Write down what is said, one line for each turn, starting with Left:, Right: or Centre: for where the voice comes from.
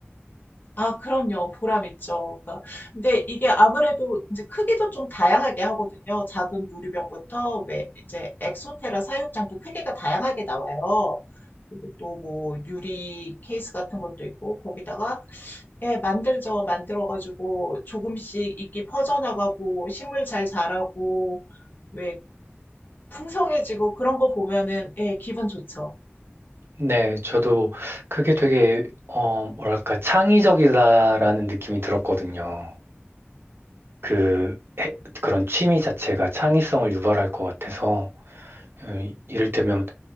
Left: 아, 그럼요. 보람 있죠. 그러니까 근데 이게 아무래도 이제 크기도 좀 다양하게 하거든요. 작은 유리병부터 왜 이제 엑소테라 사육장도 크기가 다양하게 나와요. 그리고 또 뭐 유리 케이스 같은 것도 있고 거기다가 예, 만들죠. 만들어가지고 조금씩 이끼 퍼져나가고 식물 잘 자라고 왜 풍성해지고 그런 거 보면은 예, 기분 좋죠.
Right: 네, 저도 그게 되게, 어, 뭐랄까, 창의적이다라는 느낌이 들었거든요. 그, 해- 그런 취미 자체가 창의성을 유발할 것 같아서, 어, 이를테면